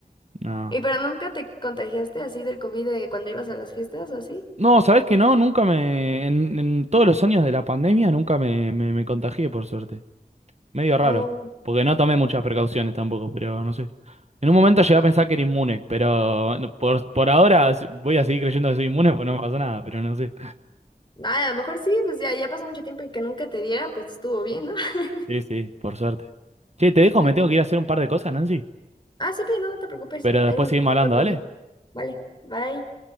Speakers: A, on the right; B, on the left.
A: No.
B: ¿Y pero nunca te contagiaste así del COVID de cuando ibas a las fiestas o así?
A: No, ¿sabés que no? Nunca me. En, en todos los años de la pandemia nunca me, me, me contagié, por suerte. Medio raro.
B: O
A: Porque no tomé muchas precauciones tampoco, pero no sé. En un momento llegué a pensar que era inmune, pero no, por, por ahora s- voy a seguir creyendo que soy inmune porque no me pasó nada, pero no sé.
B: Ah, a lo mejor sí, pues ya, ya pasó mucho tiempo en que nunca te diera, pues estuvo bien, ¿no? <laughs>
A: Sí, sí, por suerte. Che, te dejo,
B: Sí.
A: me tengo que ir a hacer un par de cosas, Nancy.
B: Ah, sí, pero no, no te preocupes.
A: Pero
B: Ahí
A: después
B: nos
A: seguimos
B: vemos
A: hablando,
B: otro
A: dale.
B: día. Vale, bye.